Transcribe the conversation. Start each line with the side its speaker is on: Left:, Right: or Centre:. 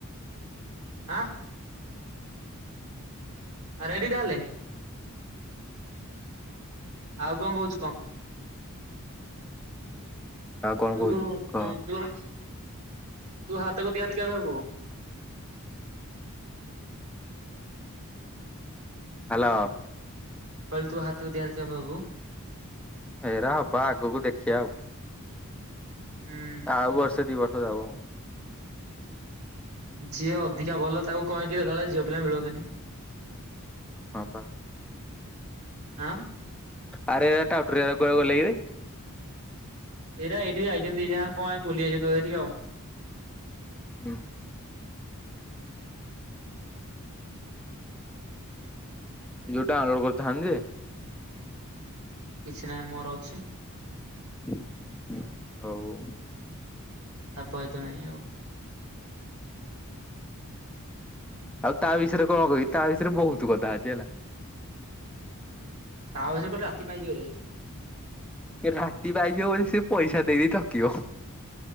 Right: ଆଁ। ଆ ରେଡ଼ି ତାହେଲେ। ଆଉ କଣ କହୁଛୁ କହ?
Centre: ଆଉ କଣ
Right: ତୁୁ-
Centre: କହୁଛୁ କହ
Right: ତୁ ହାତ, ତୁ ହାତକୁ ଦି ହାତ କେବେ ହବୁ?
Centre: ହ୍ୟାଲୋ।
Right: କହିଲୁ ତୁ ହାତକୁ ଦିହାତ କେବେ ହବୁ?
Centre: ଏଇରା ହବା ଆଗକୁ ଦେଖିବା ଆଉ।
Right: ହୁଁ
Centre: ଆଉ ବର୍ଷେ ଦି ବର୍ଷ ଯାଉ।
Right: ଯିଏ ଅଧିକା ଭଲ ତାକୁ କଣ କିରେ, କାଳେ ଝିଅ ପିଲା ମିଳନ୍ତିନି।
Centre: ହଁ ବା।
Right: ଆଁ।
Centre: ଆରେ ଏ ଟାଉଟରିଆ ଗୁଡ଼ା କୁଆଡେ ଗଲେକିରେ?
Right: ଏଇରା ଏଠି ଯାଇଛନ୍ତି ଦିଯାଙ୍କ କଣ ପାଇଁ ବୁଲି ଯାଇଛନ୍ତି ତ ଏଠିକି ଆଉ।
Centre: ହୁଁ ଯୋଉଟା ଅଲୋଡ କରିଥାନ୍ତି ଯେ।
Right: କିଛି ନାହିଁ ମୋର ଅଛି।
Centre: ହୁଁ ହୁଁ ହଉ ହଉ।
Right: ତାପ ରେତ ନାହିଁ ଆଉ।
Centre: ଆଉ ତା ବିଷୟରେ କଣ କିବି ତା ବିଷୟରେ ବହୁତୁ କଥା ଅଛି ହେଲା।
Right: ତା ବିସୟରେ କହିଲେ ରାତି ପାଇଁ ଯିବରେ
Centre: ରାଟି ପାଇଯିବ ପଚକେ ସେ ପଇସା ଦେଇ ଦେଇ ଥକିବ।